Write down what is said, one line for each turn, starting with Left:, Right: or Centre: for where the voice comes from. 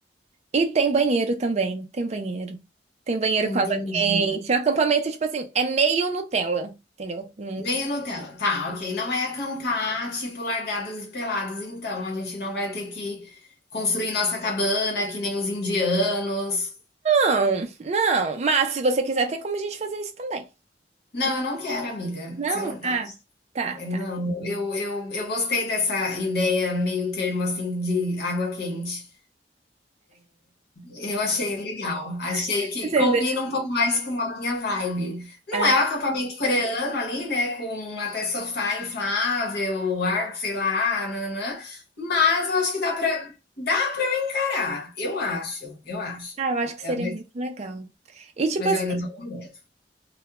Right: E tem banheiro também, tem banheiro. Tem banheiro
Left: Entendi.
Right: com água quente. O acampamento, tipo assim, é meio Nutella, entendeu? Não,
Left: Meio Nutella. Tá, ok. Não é cantar, tipo, largados e pelados, então. A gente não vai ter que construir nossa cabana, que nem os indianos.
Right: não, não. Mas se você quiser, tem como a gente fazer isso também.
Left: Não,
Right: Fica-
Left: eu não quero, amiga.
Right: Não?
Left: Você não tá.
Right: Ah, tá,
Left: é, Não,
Right: tá.
Left: eu, eu, eu gostei dessa ideia meio termo, assim, de água quente. Eu achei legal. Achei
Right: <laughs>
Left: que
Right: Entendeu?
Left: combina um pouco mais com a minha vibe. Não
Right: Ah,
Left: é um acampamento coreano ali, né? Com até sofá inflável, ar, sei lá, nananã. Mas eu acho que dá para dá para parar. Eu acho, eu acho.
Right: ah, eu acho que
Left: É,
Right: seria
Left: mas,
Right: muito legal. E tipo
Left: mas
Right: assim,
Left: eu ainda tô com medo.